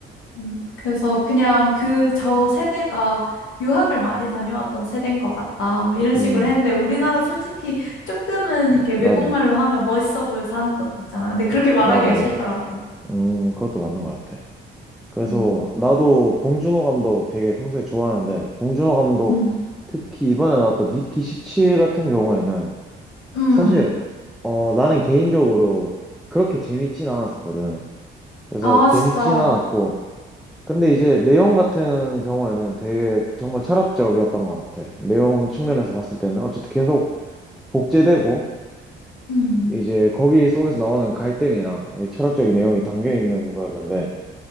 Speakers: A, on the left; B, in the centre.
A: 음, 그래서 그냥 그 저 세대가 유학을 많이 다녀왔던 세대인 것 같다. 뭐 이런
B: 음,
A: 식으로 했는데 우리나라 솔직히 조금은 이게 외국말로
B: 맞아.
A: 하면 멋있어 보여서 하는 것도 있잖아. 근데 그렇게 말하기가
B: 맞아, 맞아.
A: 싫더라고.
B: 음, 그것도 맞는 것 같아. 그래서
A: 음,
B: 나도 봉준호 감독 되게 평소에 좋아하는데, 봉준호 감독
A: 음,
B: 특히 이번에 나왔던 미키 17 같은 경우에는
A: 음.
B: 사실, 어, 나는 개인적으로 그렇게 재밌진 않았었거든. 그래서
A: 아,
B: 재밌진
A: 진짜.
B: 않았고, 근데 이제 내용 같은 경우에는 되게 정말 철학적이었던 것 같아. 내용 측면에서 봤을 때는 어쨌든 계속 복제되고,
A: 음,
B: 이제 거기 속에서 나오는 갈등이랑 이 철학적인 내용이 담겨 있는 거였는데